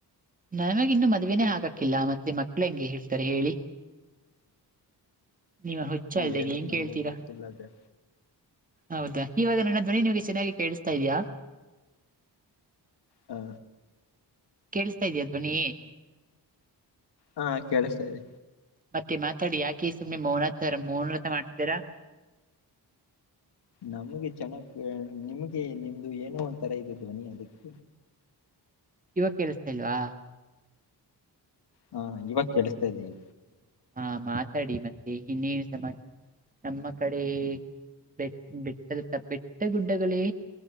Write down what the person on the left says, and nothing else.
ಏನೋ
ನಾವು
ಗೊತ್ತಿಲ್ಲ ಅದ
ಹ್ಮ
ಹಾ ಕೇಳ್ತೇರಿ
ನಮ್ಗೆ ಚೆನ್ನಕ್ ನಿಮ್ಗೆ ನಿಮ್ದು ಏನೋ ಒಂಥರ ಇದೆ ಧ್ವನಿ ಅದಕ್ಕ
ಹಾ ಇವಾಗ ಕೇಳಿಸ್ತಾ ಇದೀವಿ